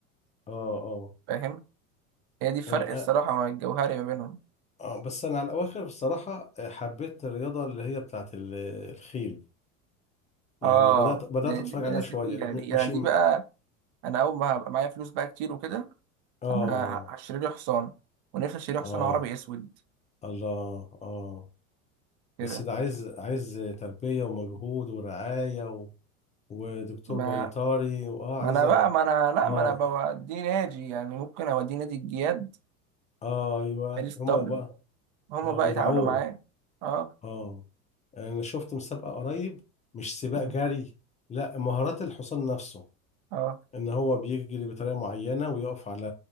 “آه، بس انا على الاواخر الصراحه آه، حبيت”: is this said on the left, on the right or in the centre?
Left